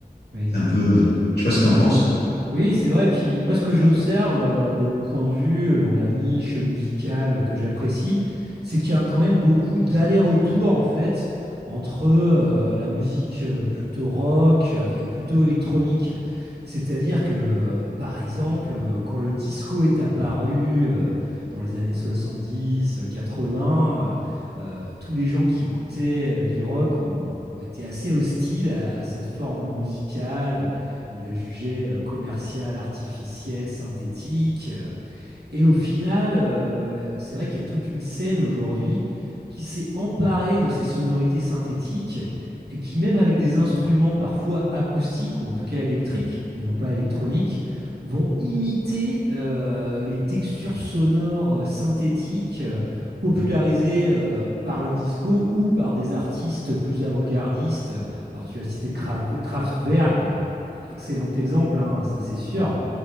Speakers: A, on the right (about 80°); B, on the left (about 80°).
A: Oui.
B: C'est un peu, euh, je sais pas ce que tu en penses.
A: Oui, c'est vrai. Puis moi, ce que j'observe euh, de mon point de vue euh, dans la niche musicale euh, que j'apprécie, c'est qu'il y a quand même beaucoup d'allers-retours en fait entre euh, la musique euh, plutôt rock euh, et plutôt électronique. C'est-à-dire que, euh, par exemple, euh, quand le disco est apparu euh, dans les années 70, euh, 80, euh, euh, tous les gens qui écoutaient euh, du rock ont, ont été assez hostiles à à cette forme musicale il la jugeait euh, commerciale, artificielle, synthétique. Euh, et au final, euh, c'est vrai qu'il y a toute une scène aujourd'hui qui s'est emparée de ces sonorités synthétiques et qui, même avec des instruments parfois acoustiques ou en tout cas électriques et non pas électroniques, vont imiter euh, les textures sonores euh, synthétiques euh, popularisées euh, par le disco ou par des artistes plus avant-gardistes. Alors tu as cité Kra- Kraftwerk, euh, excellent exemple, hein, ça c'est sûr.